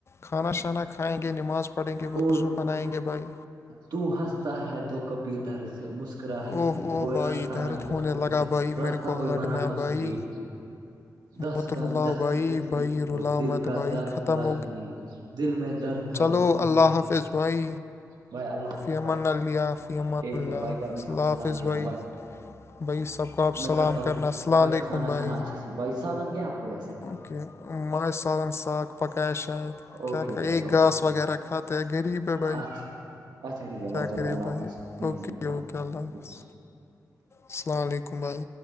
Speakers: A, on the left; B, on the right.
A: کھانا شانا کھائیں گے نماز پڑھیں گے وہ
B: اور
A: وضو بنائیں گے بھائی
B: تو ہنستا ہے تو کبھی دھر سے مسکراہ ہی
A: اوہ
B: صحیح
A: او
B: کوئی
A: بھائی
B: راستہ
A: درد
B: نہ تو
A: ہونے
B: خود
A: لگا
B: سے
A: بھائی
B: راستہ
A: میرے کو
B: کوئی
A: ہارٹ
B: بنا
A: میں
B: تو
A: بھائی
B: صحیح <inaudible> دستک
A: مت رلاؤ
B: دستکتے
A: بھائی
B: بھی
A: بھائی
B: بہت
A: رلاؤ
B: دل
A: مت
B: کا
A: بھائی
B: در
A: ختم
B: کھلا ہی نہیں دل میں در تھا
A: ہلو
B: وہی
A: اللہ
B: ہو
A: حافظ بھائی
B: بھائی اللہ
A: فیامن
B: بھائی
A: علیہلہ فیامن
B: ٹھیک
A: اللہ
B: ہے بھائی گھر میں سب
A: الللہح
B: سلام
A: حافظ
B: کیا
A: بھائی بھائی سب کو آپ
B: میں
A: سلام
B: کرتا ہوں
A: کرنا السلام
B: بھائی
A: علیکم
B: کھانا
A: بھائی
B: کھانا اچھے سے بھائی سالن کیا آپ کو ویسے
A: اوکے مجے سالن ساگ پکایا شاید
B: اوکے
A: کیا کر
B: بھائی اوکے
A: گاس وغیرہ کھاتے ہے غریب ہے بھائی
B: اچھا اچھا ٹھیک ہے
A: کیا
B: بھائی چلو
A: کرے
B: اللہ
A: بھائی
B: حافظ فمدلہ
A: اوکے اوکے اللہ حافظ
B: ال حاظ
A: السلام علیکم بھائی